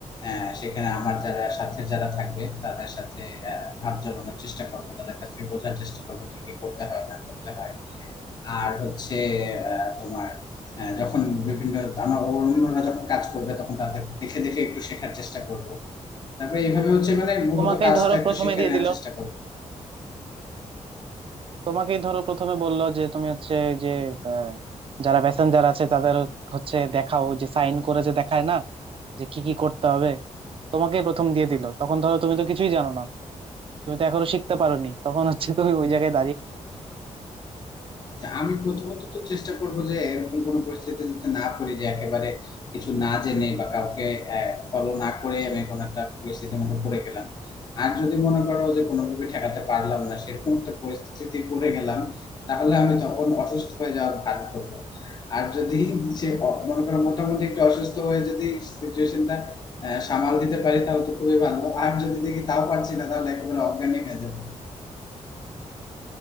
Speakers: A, on the left (about 35°); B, on the right (about 50°).
A: আহ, সেখানে আমার যারা সাথে যারা থাকবে তাদের সাথে আহ, ভাব জমানোর চেষ্টা করব তাদের কাছ থেকে বোঝার চেষ্টা করব কি কি করতে হয় না করতে হয় আর হচ্ছে আহ, তোমার আহ, যখন বিভিন্ন আমার অন্যরা যখন কাজ করবে তখন তাদের দেখে দেখে একটু শেখার চেষ্টা করব তারপরে এইভাবে হচ্ছে মানে মূলত
B: তোমাকেই
A: কাজটা
B: ধরো
A: একটু
B: প্রথমে
A: শিখে
B: দিয়ে
A: নেওয়ার
B: দিল
A: চেষ্টা করব
B: তোমাকেই ধরো প্রথমে বললো যে তুমি হচ্ছে যে আহ, যারা প্যাসেঞ্জার আছে তাদের হচ্ছে দেখাও যে সাইন করে যে দেখায় না যে কি কি করতে হবে তোমাকেই প্রথম দিয়ে দিল তখন ধরো তুমি তো কিছুই জানো না তুমি তো এখনো শিখতে পারোনি তখন হচ্ছে তুমি ওই জায়গায়
A: আচ্ছা আমি প্রথমত তো চেষ্টা করব যে এরকম কোনো পরিস্থিতিতে যাতে না পড়ি যে একেবারে কিছু না জেনে বা কাউকে ফলো না করে আমি কোনো একটা পরিস্থিতির মধ্যে পড়ে গেলাম আর যদি মনে করো যে কোনোভাবে ঠেকাতে পারলাম না সেরকম একটা পরিস্থিতিতে পড়ে গেলাম তাহলে আমি তখন অসুস্থ হয়ে যাওয়ার ভান করব আর যদি সে অ- মনে করো মোটামুটি একটু অসুস্থ হয়ে যদি সিচুয়েশনটা সামাল দিতে পারি তাহলে তো খুবই ভালো আর যদি দেখি তাও পারছি না তাহলে একেবারে অজ্ঞানী হয়ে যাবো